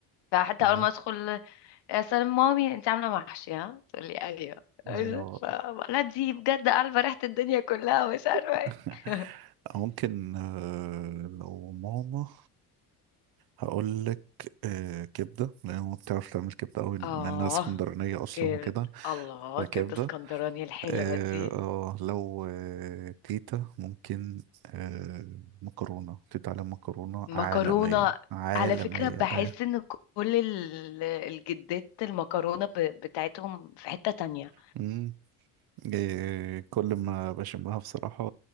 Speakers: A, on the left (about 65°); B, on the right (about 55°).
A: فحتى
B: ايوه
A: اول ما ادخل يا سلام مامي انت عامله محشي ها تقول لي ايوه أيوة.
B: أيوة.
A: ف- لا دي بجد عارفه ريحه الدنيا كلها مش عارفه
B: <laughs>
A: ايه <laughs>
B: ممكن آه، لو ماما هقول لك آه، كبده لان ماما بتعرف تعمل كبده قوي بما
A: اه
B: انها اسكندرانيه اصلا
A: كبد
B: وكده
A: الله
B: فكبده
A: كبده اسكندراني الحلوه
B: اه
A: دي
B: آه، لو آه، تيتا ممكن آه، مكرونه تيتا على مكرونه
A: مكرونه
B: عالميه عالميه
A: على فكره بحس
B: ايوه
A: ان كل ال- الجدات المكرونه ب- بتاعتهم في حته تانية
B: <laughs> إيه، كل ما بشمها بصراحة